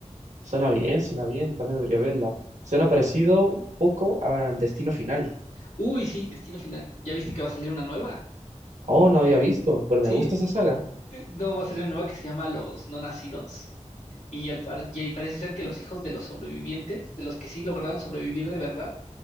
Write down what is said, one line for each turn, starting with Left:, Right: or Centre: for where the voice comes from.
Right: suena bien, suena bien. Tal vez debería verla. Suena parecido un poco a Destino Final.
Left: Uy, sí, Destino Final, ¿ya viste que va a salir una nueva?
Right: Oh, no había visto, pero
Left: Sí,
Right: me gusta esa saga.
Left: eh, no va a salir una nueva que se llama Los No Nacidos. Y, al par- y ahí parece ser que los hijos de los sobrevivientes, de los que sí lograron sobrevivir de verdad,